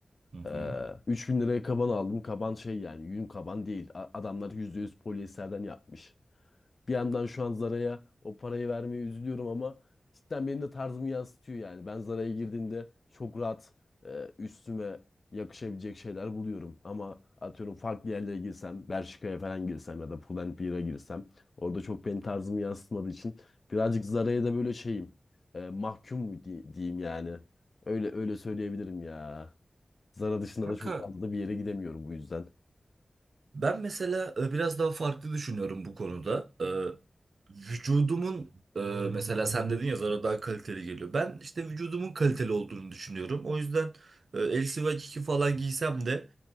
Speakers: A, on the right; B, on the left.
A: Hı hı.
B: E, 3000 liraya kaban aldım. Kaban şey yani yün kaban değil. A- adamlar %100 polyesterden yapmış. Bir yandan şu an Zara'ya o parayı vermeye üzülüyorum ama cidden benim de tarzımı yansıtıyor yani. Ben Zara'ya girdiğimde çok rahat e, üstüme yakışabilecek şeyler buluyorum. Ama atıyorum farklı yerlere girsem, Bershka'ya falan girsem ya da Pull&Bear'a girsem orada çok benim tarzımı yansıtmadığı için birazcık Zara'ya da böyle şeyim e, mahkum mu di- diyeyim yani. Öyle öyle söyleyebilirim ya. Zara dışında
A: Kanka
B: da çok fazla da bir yere gidemiyorum bu yüzden.
A: Ben mesela e, biraz daha farklı düşünüyorum bu konuda. E, vücudumun e, mesela sen dedin ya Zara daha kaliteli geliyor. Ben işte vücudumun kaliteli olduğunu düşünüyorum. O yüzden e, eldiven iki falan giysem de